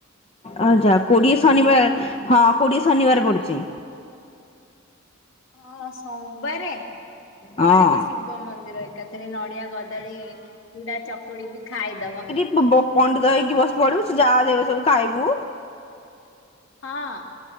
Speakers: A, on the left (about 25°); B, on the left (about 65°).
A: ଆଚା କୋଡିଏ ଶନିବାର ହଁ କୋଡିଏ ଶନିବାର ପଡୁଛି।
B: ହଁ ସୋମବାରେ ପଳେଇବ
A: ହଁ।
B: ଶିବ ମନ୍ଦିର ଏକାଥରେ ନଡିଆ କଦଳୀ ଚୁଡା ଚକୁଡି କି ଖାଇଦବ।
A: ବ ପଣ୍ଡିତ ହେଇକି ବସି ପଡିବୁ, ସେ ଯାହା ଦେବେ ସବୁ ଖାଇବୁ।
B: ହଁ